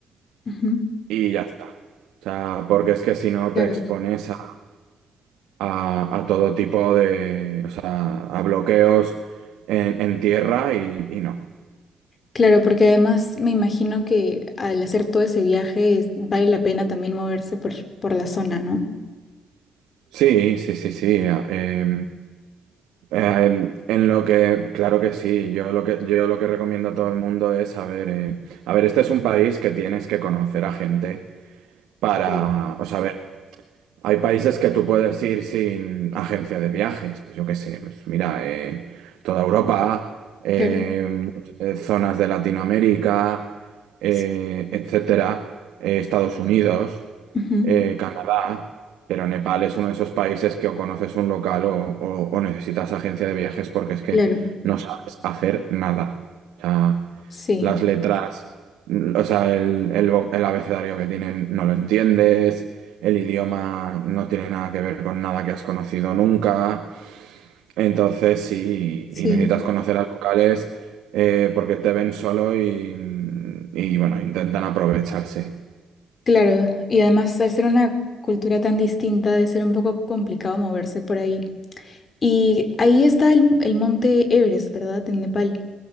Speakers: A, on the left; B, on the right.
A: ujú,
B: y ya está. O sea, porque es que si no
A: Claro.
B: te expones a, a- a todo tipo de, o sea, a bloqueos en, en tierra y, y no.
A: Claro, porque además me imagino que al hacer todo ese viaje es- vale la pena también moverse por, por la zona, ¿no?
B: Sí, sí, sí, sí. eh, Eh, en lo que, claro que sí, yo lo que, yo lo que recomiendo a todo el mundo es, a ver, eh, a ver, este es un país que tienes que conocer a gente para,
A: Claro.
B: o sea, a ver, hay países que tú puedes ir sin agencia de viajes, pues yo qué sé, pues mira, eh, toda Europa, eh,
A: Claro.
B: eh, zonas de Latinoamérica, eh,
A: s-
B: etcétera, eh, Estados Unidos,
A: ujú,
B: eh, Canadá, pero Nepal es uno de esos países que o conoces un local o, o- o necesitas agencia de viajes porque es que
A: Claro,
B: no sabes hacer nada. O sea,
A: sí,
B: las letras, mm, o sea, el, el vo- el abecedario que tienen no lo entiendes, el idioma no tiene nada que ver con nada que has conocido nunca, entonces sí,
A: sí,
B: y necesitas conocer a locales eh, porque te ven solo y, y bueno, intentan aprovecharse.
A: claro. Y además al ser una cultura tan distinta debe ser un poco complicado moverse por ahí. Y ahí está el, el monte Everest, ¿verdad? En Nepal.